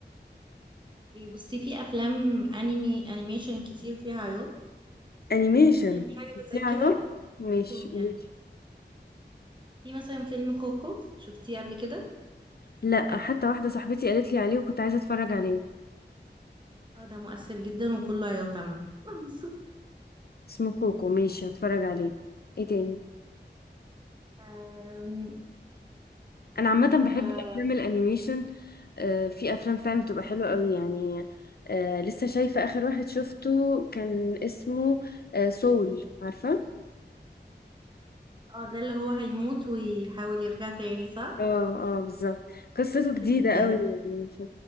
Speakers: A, on the right; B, on the left.
A: إيه، بصي في افلام انمي انيميشن كتير فيها عياط
B: أنيميشن
A: هتحبي حاجه زي
B: في عياط
A: كده
B: ماشي
A: كرتون
B: قوليلي.
A: يعني في مثلا فيلم كوكو شفتيه قبل كده
B: لأ حتى واحدة صاحبتي قالت لي عليه وكنت عايزة أتفرج عليه
A: اه ده مؤثر جدا وكله عياط عامه <laughs>
B: اسمه كوكو ماشي هتفرج عليه ايه تاني
A: أم،
B: انا عامه بحب
A: ك-
B: الافلام الانيميشن آه، في افلام فعلا بتبقى حلوه قوي يعني آه، لسه شايفه اخر واحد شفته كان اسمه آه، سول عارفه
A: اه ده اللي هو هيموت ويحاول يرجع تاني صح
B: اه اه بالظبط قصته
A: حلو
B: جديده
A: جدا
B: قوي يعني ف-